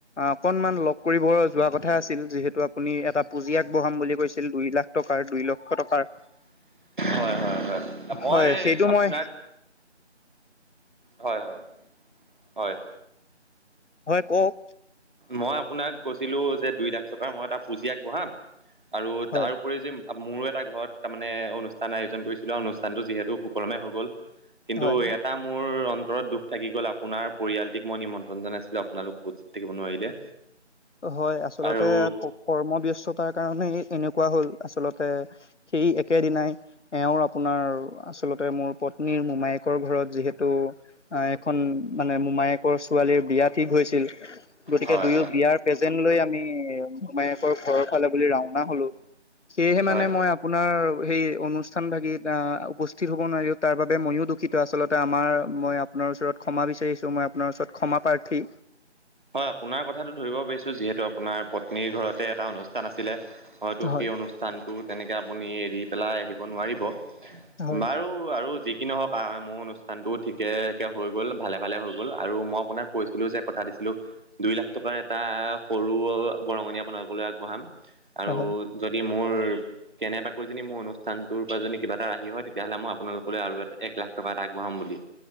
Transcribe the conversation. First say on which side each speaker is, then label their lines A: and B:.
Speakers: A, on the left; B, on the right.
A: অকনমান লগ কৰিব যোৱা কথা আছিল যিহেতু আপুনি এটা পুঁজি আগবঢ়াম বুলি কৈছিল দুই লাখ টকাৰ দুই লক্ষ টকাৰ
B: হয় হয় হয় মই
A: হয় সেইটো
B: আপোনাক
A: মই
B: হয় হয় হয়।
A: হয় কওক
B: মই আপোনাক কৈছিলো যে দুই লাখ টকা মই এ তটা পুঁজি আগবঢ়াম আৰু
A: হয়
B: তাৰ উপৰি যে মোৰটা এটা ঘৰত তাৰমানে অনুষ্ঠান আয়োজন কৰিছিলো আৰু অনুষ্ঠানটো যিহেতু সুকলমে হৈ গ'ল কিন্তু
A: হয়
B: এটা মোৰ অন্তৰত দুখ থাকি গ'ল আপোনাৰ পৰিয়ালটিক মই নিমন্ত্ৰণ জনাইছিলো আ আপোনালোক উপস্থিত থাকিব নোৱাৰিলে
A: হয় আচলতে
B: আৰু
A: কৰ্মব্যস্ততাৰ কাৰণে এনেকুৱা হ'ল আচলতে সেই একেদিনাই এওঁৰ আপোনাৰ আচলতে মোৰ ওপৰত পত্নীৰ মোমায়েকৰ ঘৰত যিহেতু অ এখন মানে মোমায়েকৰ ছোৱালীৰ বিয়া ঠিকহৈছিল চিল গতিকে
B: হয়
A: দুয়ো বিয়াৰ প্ৰেজেণ্ট লৈ আমি মোমায়েকৰ ঘৰৰ ফালে বুলি ৰাওনা হলো। সেয়েহে
B: হয়
A: মানে মই আপোনাৰ সেই অনুষ্ঠান ভাগ উপস্থিত হ'ব নোৱাৰি তাৰ বাবে ময়ো দুখিত আচলতে আমাৰ মই আপোনাৰ ওচৰত ক্ষমা বিচাৰিছো মই আপোনাৰ ওচৰত ক্ষমা প্ৰাৰ্থী
B: হয় আপোনাৰ কথাটো ধৰিব পাৰিছো যিহেতু আপোনাৰ পত্নীৰ ঘৰতে এটা অনুষ্ঠান আছিলে। হয়তো
A: হয়
B: সেই অনুষ্ঠানটো তেনেকে আপুনি এৰি পেলাই আহিব নোৱাৰিব।
A: হয়
B: বাৰু আৰু যি কি নহওক মোৰ অনুষ্ঠানটো ঠিকেকৈ হৈ গ'ল ভালে ভালে হৈ গ'ল আৰু মই আপোনাক কৈছিলোঁ যে কথা দিছিলোঁ। দুই লাখ টকাৰ এটা সৰু বৰঙণি আপোনালোকলৈ আগবঢ়াম আৰু
A: হয়
B: যদি
A: <inaudible>
B: কেনেবাকৈ যদি মোৰ অনুষ্ঠানটোৰ পৰা যদি কিবা এটা ৰাহি হয় তেতিয়াহ'লে মই আপোনালোকলৈ আৰু এটা এক লাখ টকা এটা আগবঢ়াম বুলি